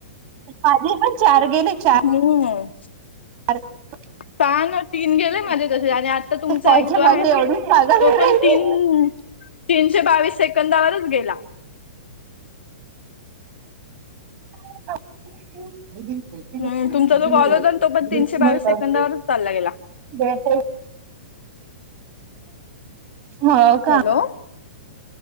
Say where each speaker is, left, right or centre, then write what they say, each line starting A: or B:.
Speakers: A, on the right (about 40°); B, on the left (about 85°).
A: पाजी पण चार गेले चार
B: हो
A: <inaudible>
B: पना तीन गेले
A: ते
B: माझे तसे आणि आता तुमचा
A: कॉलच्या
B: एक जो
A: मागे
B: आहे ना
A: एवढीच पागल
B: तो
A: होऊन
B: पण
A: राहिली.
B: तीन तीनशे बावीस सेकंदावरच गेला
A: <inaudible> <inaudible>
B: हम्म तुमचा जो कॉल होता तो पण तीनशे बावीस
A: <inaudible>
B: सेकंदावरच चालला गेला
A: हो का
B: हॅलो